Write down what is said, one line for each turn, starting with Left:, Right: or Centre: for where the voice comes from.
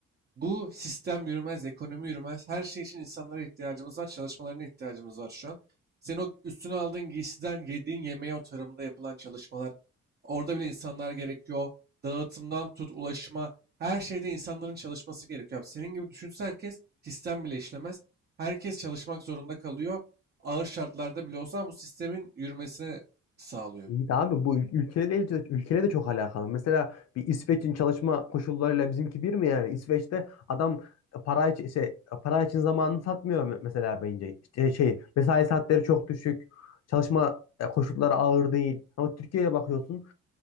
Right: Bu sistem yürümez, ekonomi yürümez. Her şey için insanlara ihtiyacımız var, çalışmalarına ihtiyacımız var şu an. Sen o üstüne aldığın giysiden yediğin yemeğe o tarımda yapılan çalışmalar, orada bile insanlar gerekiyor. Dağıtımdan tut, ulaşıma, her şeyde insanların çalışması gerekiyor. Abi senin gibi düşünse herkes sistem bile işlemez. Herkes çalışmak zorunda kalıyor. Ağır şartlarda bile olsa bu sistemin yürümesine sağlıyor.
Left: İyi de abi bu ül- ülkelerle, de- ülkelerle de çok alakalı. Mesela bir İsveç'in çalışma koşullarıyla bizimki bir mi yani? İsveç'te adam para için, şey, para için zamanını satmıyor me- mesela bence. İşte şey, mesai saatleri çok düşük. Çalışma e, koşulları ağır değil. Ama Türkiye'ye bakıyorsun.